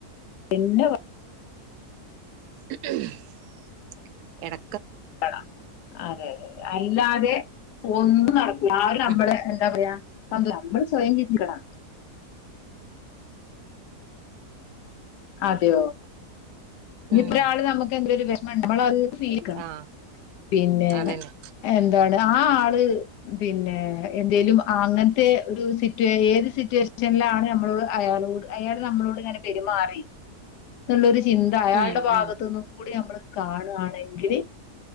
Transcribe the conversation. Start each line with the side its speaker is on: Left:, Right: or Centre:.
Left: പിന്നെ
Right: <unintelligible> എട
Left: കട അതെ അതെ അതെ അല്ലാതെ ഒന്നും നടക്കുല്ല ആരും നമ്മളെ
Right: ഉം
Left: എന്താ പറയാ നമ്മള് സ്വയം ചിന്തിക്കണം. അതെയോ? ഇനി
Right: ഉം
Left: ഇപ്പൊരാള് നമുക്ക് എന്തൊരു വെ <unintelligible> ഫീക്കാ
Right: ആഹ്
Left: പിന്നെ
Right: അതന്നെ
Left: എന്താണ്? ആ ആള് പിന്നെ എന്തേലും അങ്ങനെ റ്റ് ഒരു സിറ്റുവേ ഏത് സിറ്റുവേഷൻ റ്റെല്ലാ ആണ് നമ്മളോട് അയാളോട് അയാള് നമ്മളോട് എങ്ങനെ പെരുമാറി ന്നുള്ളൊരു ചിന്ത അയാളുടെ
Right: ഉം
Left: ഭാഗത്തു
Right: ഉം
Left: നിന്നു കൂടി നമ്മള് കാണു ആണെങ്കിൽ